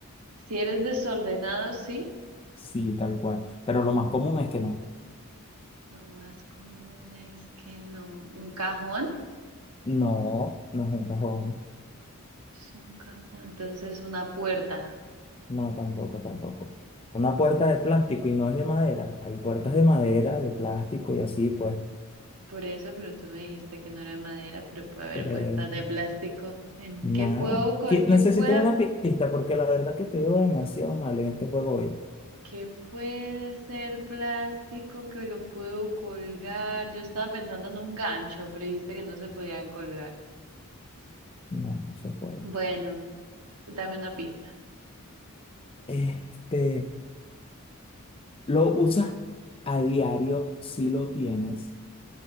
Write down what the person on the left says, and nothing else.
Sí, tal cual. Pero lo más común es que no.
No, no es un cajón.
No, tampoco, tampoco. Una puerta de plástico y no es de madera. Hay puertas de madera, de plástico y así, pues.
Por
eso.
Nada.
Qui-
Necesito
una pista porque la verdad que te veo demasiado mal en este juego hoy.
No, no se puede.
Este, lo usas a diario si lo tienes